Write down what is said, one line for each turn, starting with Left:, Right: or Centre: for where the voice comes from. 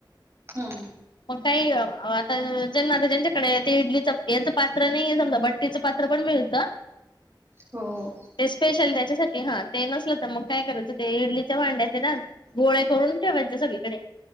Right: हम्मह.
Left: मग काही आता जना आता ज्यांच्याकडे इडलीच याचं पात्र नाहीये समजा भट्टीचं पात्र <unintelligible> <unintelligible>
Right: हो, हो.
Left: ते स्पेशल त्याच्यासाठी हा ते नसलं तर मग काय करायचं ते इडली त्या भांड्यात ना गोळे करून ठेवायचे सगळीकडे.